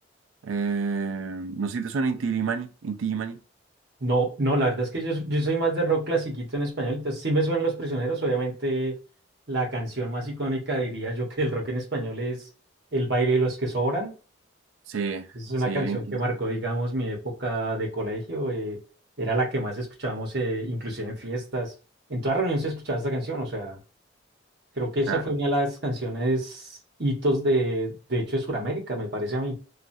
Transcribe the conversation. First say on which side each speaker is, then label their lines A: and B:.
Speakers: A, on the right; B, on the right.
A: eh, no sé si te suena Inti Illimani. Inti Illimani.
B: No, no, la verdad es que yo, yo soy más de rock clasiquito en español, entonces sí me suenan Los Prisioneros, obviamente la canción más icónica diría yo que el rock en español es El baile de los que sobran.
A: Sí,
B: Es una
A: sí,
B: canción
A: bien.
B: que marcó, digamos, mi época de colegio, eh, era la que más escuchábamos, eh, inclusive en fiestas. En toda reunión se escuchaba esta canción, o sea... Creo que esa
A: Claro.
B: fue una de las canciones hitos de, de hecho, de Sudamérica, me parece a mí.